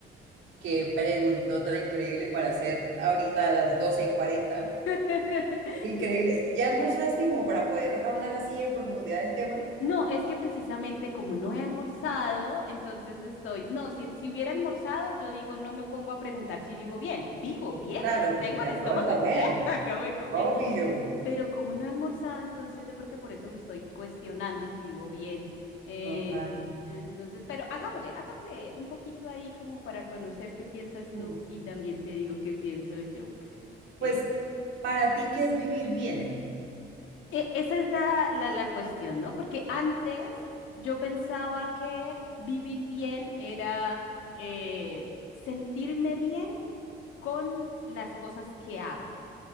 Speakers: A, on the right; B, on the left.
A: qué preguntó tan increíble para hacer ahorita a las 12 y 40.
B: <laughs>
A: Increíble. ¿Ya almorzaste como para poder hablar así en profundidad del tema?
B: No, es que precisamente como no he almorzado, entonces estoy, no, si, si hubiera almorzado, yo digo, no me pongo a preguntar si vivo bien. Vivo bien
A: Claro,
B: porque tengo
A: porque
B: el
A: acabo
B: estómago
A: de comer.
B: lleno, <laughs> acabo de comer.
A: Obvio.
B: Pero como no he almorzado, entonces yo creo que por eso me estoy cuestionando si vivo bien. Eh,
A: Total.
B: entonces, pero hagámosle, hagámosle un poquito ahí como para conocer qué piensas
A: Uf.
B: tú y también te digo qué pienso yo. Eh,
A: Pues, ¿para ti qué es vivir bien?
B: e- esa es la, la, la cuestión, ¿no? Porque antes yo pensaba que vivir bien era eh, sentirme bien con las cosas que hago.